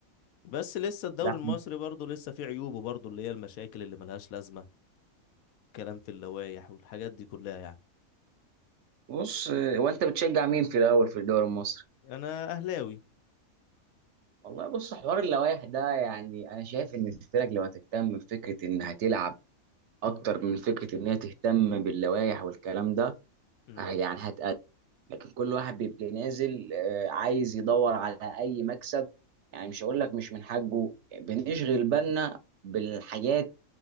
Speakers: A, on the left; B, on the right.
A: بس لسه الدوري
B: ده
A: المصري برضه لسه فيه عيوبه برضه اللي هي المشاكل اللي ملهاش لازمة كلام في اللوائح والحاجات دي كلها يعني
B: بص آه، وأنت بتشجع مين في الأول في الدوري المصري؟
A: انا اهلاوي
B: والله بص حوار اللوائح ده يعني أنا شايف إن الفرق لو هتهتم بفكرة إن هتلعب اكتر من فكره ان هي تهتم باللوائح والكلام ده
A: امم
B: آه، يعني هتقدم لكن كل واحد بيبقى نازل آه، عايز يدور على اي مكسب يعني مش هقول لك مش من حقه بنشغل بالنا بالحاجات